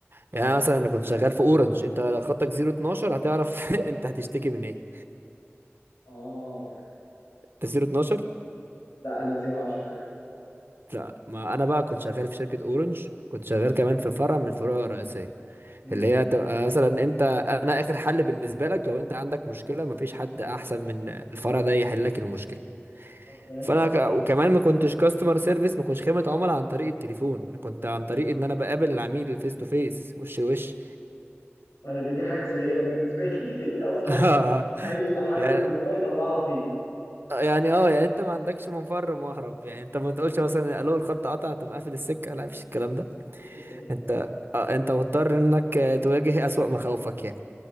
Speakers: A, on the right; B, on the left.
A: يعني أنا مثلا انا كنت شغال في اورنج انت خطك 012 هتعرف <laughs> انت هتشتكي من ايه
B: اه
A: انت 012
B: لا انا زيرو عشرة عادي
A: لا ما انا بقى كنت شغال في شركة اورنج كنت شغال كمان في فرع من الفروع الرئيسية
B: امم
A: اللي هي تبقى مثلا انت انا اخر حل بالنسبة لك لو انت عندك مشكلة مفيش حد احسن من الفرع ده يحل لك المشكلة
B: اوكي
A: فانا ك... وكمان ما كنتش كاستمر سيرفيس ما كنتش خدمه عملاء عن طريق التليفون أنا كنت عن طريق ان انا بقابل العميل فيس تو فيس وش لوش
B: انا دي دي حاجه سيئه بالنسبه لي <laughs> اصلا
A: <laughs>
B: اي حاجه
A: يعني
B: جوايا يطلعها فيك
A: يعني اه يعني انت ما عندكش منفر مهرب يعني انت ما تقولش مثلا الو الخط قطع تقوم قافل السكه لا مفيش الكلام ده
B: مفيش الكلام ده
A: انت
B: طبعا
A: آه انت مضطر انك آه، تواجه اسوأ مخاوفك يعني